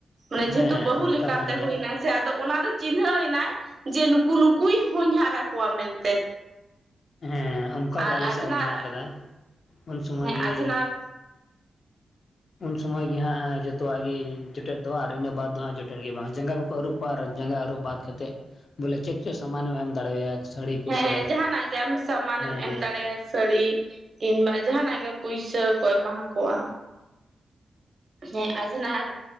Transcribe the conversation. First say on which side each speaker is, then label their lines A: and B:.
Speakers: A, on the right; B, on the left.
A: ᱢᱟᱱᱮ
B: ᱦᱮᱸ
A: ᱡᱮᱦᱮᱛᱩ ᱵᱟᱹᱦᱩ
B: ᱚᱱᱠᱟ
A: ᱞᱮᱠᱟ
B: ᱠᱟᱱ
A: ᱛᱮ
B: ᱜᱮᱭᱟ
A: ᱦᱩᱭᱱᱟ ᱥᱮ ᱟᱫᱚ ᱚᱱᱟ ᱫᱚ ᱪᱤᱱᱦᱟᱹᱣ ᱮᱱᱟᱭ ᱡᱮ ᱱᱩ ᱱᱦᱠᱩ ᱱᱩᱠᱩᱭ ᱦᱚᱧᱦᱟᱨ ᱟᱠᱚᱣᱟ ᱢᱮᱱᱛᱮ᱾
B: ᱦᱮᱸ ᱚᱱᱠᱟ
A: ᱟᱨ
B: ᱜᱮ ᱟᱞᱮ
A: ᱟᱡᱷᱱᱟᱨ
B: ᱥᱮᱫ ᱦᱚᱸ ᱢᱮᱱᱟᱜ ᱟᱠᱟᱫᱟ ᱩᱱ ᱥᱚᱢᱚᱭ
A: ᱦᱮᱸ
B: ᱜᱮ
A: ᱟᱡᱷᱱᱟᱨ
B: ᱩᱱ ᱥᱚᱢᱚᱭ ᱜᱮ ᱦᱟᱸᱜ ᱡᱚᱛᱚᱣᱟᱜ ᱜᱮ ᱡᱚᱴᱮᱫ ᱫᱚ ᱟᱨ ᱤᱱᱟᱹ ᱵᱟᱫᱽ ᱫᱚ ᱦᱟᱸᱜ ᱡᱚᱴᱮᱫ ᱜᱮ ᱵᱟᱝ ᱡᱟᱸᱜᱟ ᱠᱚ ᱟᱹᱨᱩᱵᱚᱜᱼᱟ ᱟᱨ ᱡᱟᱸᱜᱟ ᱟᱹᱨᱩᱵ ᱵᱟᱫ ᱠᱟᱛᱮᱫ ᱵᱚᱞᱮ ᱪᱮᱫ ᱪᱮᱫ ᱥᱟᱢᱟᱱ ᱮᱢ ᱫᱟᱲᱮᱣᱟᱭᱟ ᱥᱟᱹᱲᱤ ᱠᱚᱥᱮ
A: ᱦᱮᱸ ᱡᱟᱦᱟᱱᱟᱜ ᱜᱮ ᱟᱢ ᱥᱟᱢᱟᱱᱮᱢ
B: ᱦᱮᱸ
A: ᱮᱢ ᱫᱟᱲᱮᱭᱟᱜᱼᱟ ᱥᱟᱹᱲᱤ᱾ ᱠᱤᱱᱵᱟ ᱡᱟᱦᱟᱱᱟᱜ ᱜᱮ ᱯᱩᱭᱥᱟᱹ ᱠᱚ ᱮᱢᱟ ᱟᱠᱚᱣᱟ᱾ ᱦᱮᱸ ᱟᱡᱷᱱᱟᱨ